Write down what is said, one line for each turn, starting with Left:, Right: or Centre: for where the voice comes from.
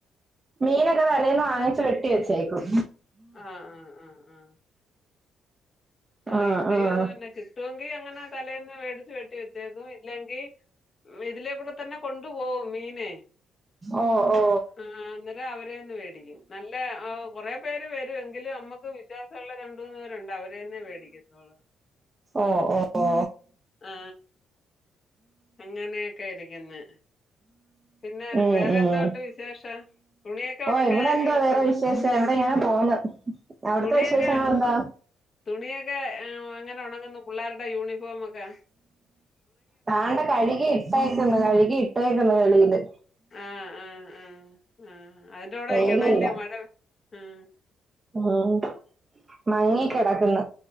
Right: മീനൊക്കെ തലേന്ന് വാങ്ങിച് വെട്ടി വെച്ചേക്കും
Left: ആ ആ ആ ആ ആ
Right: ആഹ്
Left: ഇവിടെയും
Right: ആഹ്
Left: അത് തന്നെ കിട്ടുവെങ്കി അങ്ങനെ തലേന്ന് വേടിച് വെട്ടി വെച്ചേക്കും ഇല്ലെങ്കിൽ ഇതിലേക്കൂടെ തന്നെ കൊണ്ടു പോവും മീത്
Right: ഓ ഓ
Left: ആ അന്നേരം അവരെന്നെ വേടിക്കും നല്ല കൊറെ പേര് വരുവെങ്കില് നമ്മക്ക് വിശ്വാസള്ള രണ്ട് മൂന്ന് പേരുണ്ട് അവരെ ന്നെ വേടിക്കത്തോള്ളൂ
Right: ഓ ഓ ഓ
Left: ആ അങ്ങനെയൊക്കെ ഇരിക്ന് പിന്നെ
Right: ഉം
Left: വേറെ
Right: ഉം
Left: എന്തോ ഉണ്ട് വിശേഷം തുണിയൊക്കെ
Right: ഓ
Left: ഉണക്കാൻ
Right: ഇവിടെ എന്താ
Left: എളുപ്പാണോ?
Right: വേറെ വിശേഷം ഇവിടെ ഇങ്ങനെ പോണ് അവിടത്തെ
Left: തുണിയൊക്കെ
Right: വിശേഷങ്ങൾ എന്താ
Left: തുണിയൊക്കെ എങ്ങനെ ഒണങ്ങുന്നു പുള്ളാരുടെ യൂണിഫോമോ ക്കെ
Right: താണ്ടെ കഴുകി ഇട്ടേക്കുന്നു കഴുകി ഇട്ടേക്കുന്നു വെളിയില്
Left: ആ, ആ, ആ ആ അതിന്റെകൂടെ
Right: വെയിലില്ല
Left: <unintelligible> മഴ ഉം
Right: ഉം മയങ്ങി കെടക്കുന്നു